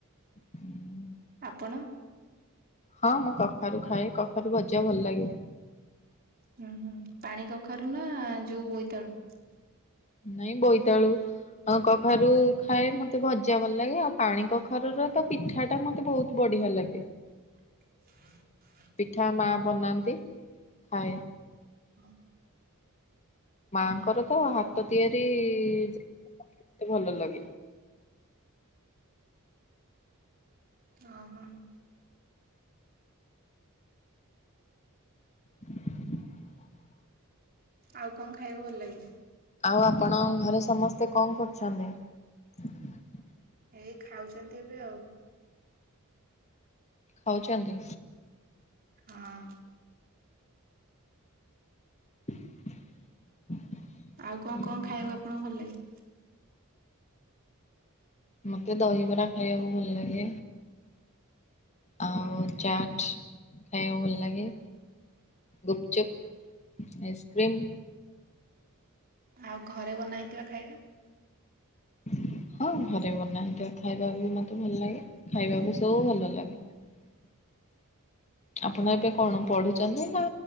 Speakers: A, on the left; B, on the right.
A: ହୁଁ
B: ଆପଣ
A: ହଁ ମୁଁ କଖାରୁ ଖାଏ କଖାରୁ ଭଜା ଭଲ ଲାଗେ।
B: ହୁଁ ହୁଁ ପାଣି କଖାରୁ ନା ଯୋଉ ବୋଇତାଳୁ
A: ନାଇଁ ବୋଇତାଳୁ ଅ କଖାରୁ ଖାଏ ମତେ ଭଜା ଭଲ ଲାଗେ। ଆଉ ପାଣି କଖାରୁର ତ ପିଠା ଟା ମତେ ବହୁତ ବଢ଼ି ଆ ଲାଗେ।
B: ଘୃଂ ଘ୍ରୁ
A: ପିଠା ମା ବନାନ୍ତି ଖାଏ।
B: ହଁ।
A: ମାଆଙ୍କର ତ ହାତ ତିଆରି ମତେ ଭଲ ଲାଗେ।
B: ଅ ହଁ।
A: <unintelligible>
B: ଆଉ କଣ ଖାଇବାକୁ ଭଲ ଲାଗେ?
A: ଆଉ ଆପଣଙ୍କ ଘରେ ସମସ୍ତେ କଣ କରୁଚନ୍ତି?
B: ଏଇ ଖାଉଛନ୍ତି ଏବେ ଆଉ।
A: ଖାଉଚନ୍ତି?
B: ହଁ।
A: <unintelligible>
B: ଆଉ କଣ
A: ହୁଁ।
B: କଣ ଖାଇବାକୁ ଆପଣଙ୍କୁ ଭଲ ଲାଗେ?
A: ମତେ ଦହିବରା ଖାଇବାକୁ ଭଲ ଲାଗେ ଆଉ ଚାଟ୍ ଖାଇବାକୁ ଭଲ ଲାଗେ ଗୁପଚୁପ୍, ଆଇସ୍କ୍ରିମ୍
B: ଆଉ ଘରେ ବନା ହେଇଥିବା ଖାଇବା?
A: ଘୁଡ଼ରୁ ହଁ ଘରେ ବନା ହେଇଥିବା ଖାଇବା ବି ମତେ ଭଲ ଲାଗେ, ଖାଇବାକୁ ସବୁ ଭଲ ଲାଗେ। <unintelligible> ଆପଣ ଏବେ କଣ ପଢୁଚନ୍ତି ନା